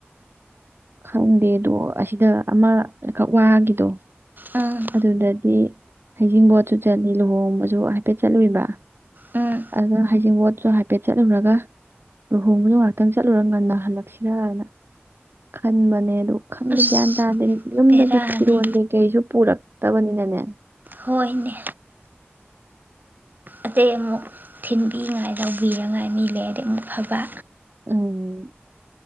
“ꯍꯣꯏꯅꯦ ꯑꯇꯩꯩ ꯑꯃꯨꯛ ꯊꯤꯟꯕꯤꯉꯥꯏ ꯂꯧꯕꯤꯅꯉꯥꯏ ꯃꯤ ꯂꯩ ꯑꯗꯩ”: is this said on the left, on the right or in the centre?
Right